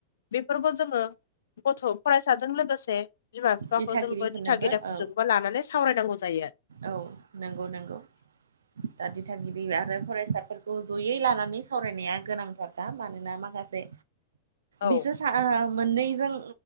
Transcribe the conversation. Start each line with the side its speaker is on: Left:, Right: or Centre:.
Left: बेफोरखौ जोङो गथ' फरायसाजों लोगोसे बिमा बिखौ
Right: दिथागिरिफोरनोबो
Left: जोंबो दिथा गेदेरफोरजोंबा
Right: औ
Left: लानानै सावरायनांगौ जायो।
Right: औ नंगौ नंगौ दा दिथागिरि आरो फरायसाफोरखौ जयै लानानै सावरायनाया गोनांथार दा मानोना माखासे
Left: औ
Right: बि मोननैजों